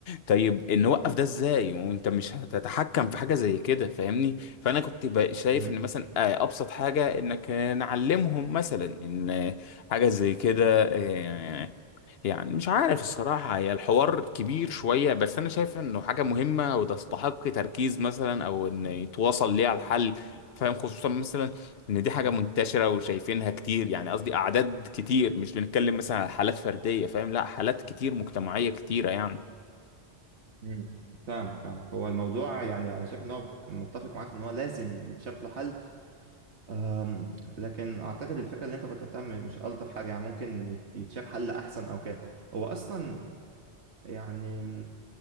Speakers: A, on the left (about 65°); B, on the right (about 85°).
A: طيب نوقف ده ازاي وانت مش هتتحكم في حاجه زي كده فاهمني فانا كنت بقى شايف
B: م-
A: ان مثلا آه، ابسط حاجه انك آه، نعلمهم مثلا ان آه، حاجه زي كده آه، يعني مش عارف الصراحة هي الحوار كبير شوية بس أنا شايف إنه حاجة مهمة وتستحق تركيز مثلا أو إن يتواصل ليها الحل فاهم خصوصا مثلا إن دي حاجة منتشرة وشايفينها كتير يعني قصدي أعداد كتير مش بنتكلم مثلا على حالات فردية فاهم لا حالات كتير مجتمعية كتيرة يعني
B: مم. فاهمك فاهمك هو الموضوع يعني انا شايف ان هو متفق معاك ان هو لازم يتشاف له حل أم، لكن اعتقد الفكره اللي انت كنت بتعمل مش الطف حاجه يعني ممكن يت- يتشاف حل احسن او كده هو اصلا يعني